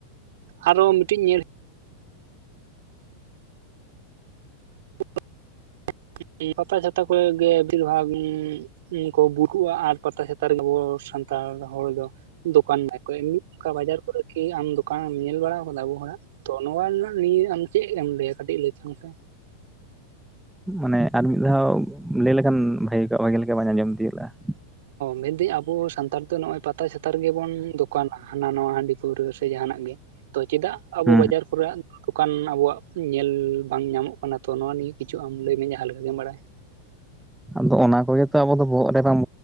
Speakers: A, on the right; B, in the centre.
A: ᱟᱨᱚ ᱢᱤᱫᱴᱤᱡ ᱧᱮᱞ ᱼᱼ <inaudible> <unintelligible> ᱯᱟᱛᱟ ᱪᱷᱟᱛᱟ ᱠᱚ ᱜᱮ ᱵᱤᱨ ᱵᱷᱟᱜᱽ ᱼᱼ ᱠᱚ ᱵᱩᱨ ᱠᱩᱜᱼᱟ ᱟᱨ ᱯᱟᱛᱟ ᱪᱷᱟᱛᱟ ᱨᱮᱜᱮ ᱟᱵᱚ ᱥᱟᱱᱛᱟᱲ ᱦᱚᱲ ᱫᱚ ᱫᱚᱠᱟᱱ ᱫᱟᱠᱚ ᱮᱢᱱᱤ ᱱᱚᱱᱠᱟ ᱵᱟᱡᱟᱨ ᱠᱚᱨᱮ ᱠᱤ ᱟᱢ ᱫᱚᱼᱼ ᱠᱟᱱᱮᱢ ᱧᱮᱞ ᱵᱟᱲᱟ ᱟᱠᱟᱫᱟ ᱟᱵᱚ ᱦᱚᱲᱟᱜ ᱛᱚ ᱱᱚᱣᱟ ᱨᱮᱱᱟᱜ ᱱᱤᱭᱮ ᱟᱢ ᱪᱮᱫ ᱮᱢ ᱞᱟᱹᱭᱟ ᱠᱟᱹᱴᱤᱡ ᱞᱟᱹᱭ ᱛᱟᱞᱟᱝ ᱢᱮᱥᱮ?
B: ᱢᱟᱱᱮ ᱟᱨ ᱢᱤᱫ ᱫᱷᱟᱣ ᱞᱟᱹᱭ ᱞᱮᱠᱷᱟᱱ ᱵᱷᱟᱜᱮ ᱠᱚᱜ-ᱟ ᱵᱷᱟᱜᱮ ᱞᱮᱠᱟ ᱵᱟᱹᱧ ᱟᱸᱡᱚᱢ ᱛᱤᱭᱳᱹᱜ ᱞᱮᱫᱼᱟ ᱾
A: ᱢᱮᱱᱫᱟᱹᱧ ᱟᱵᱚ ᱥᱟᱱᱛᱟᱲ ᱫᱚ ᱱᱚᱜᱼᱚᱭ ᱯᱟᱛᱟ ᱪᱷᱟᱛᱟ ᱨᱮ ᱜᱮᱵᱚᱱ ᱫᱚᱠᱟᱱᱟ ᱦᱟᱱᱟ ᱱᱟᱣᱟ ᱦᱟᱺᱰᱤ ᱯᱟᱹᱣᱨᱟᱹ ᱥᱮ ᱡᱟᱦᱟᱱᱟᱜ ᱜᱮ᱾ ᱛᱚ ᱪᱮᱫᱟᱜ ᱟᱵᱚ
B: ᱦᱩᱸ
A: ᱵᱟᱡᱟᱨ ᱼᱼ ᱠᱚᱨᱮ ᱫᱚᱠᱟᱱ ᱟᱵᱚᱣᱟᱜ ᱧᱮᱞ ᱵᱟᱝ ᱧᱟᱢᱚᱜ ᱠᱟᱱᱟ ᱛᱚ ᱱᱚᱣᱟ ᱱᱤᱭᱮ ᱠᱤᱪᱷᱩ ᱟᱢ ᱞᱟᱹᱭ ᱢᱮ᱾ ᱡᱟᱦᱟᱸ ᱞᱮᱠᱟ ᱜᱮᱢ ᱵᱟᱲᱟᱭ᱾ <inaudible>
B: ᱟᱢᱫᱚ ᱚᱱᱟ ᱠᱚ ᱜᱮᱛᱚ ᱟᱵᱚ ᱵᱚᱦᱚᱜ ᱨᱮ ᱵᱟᱝ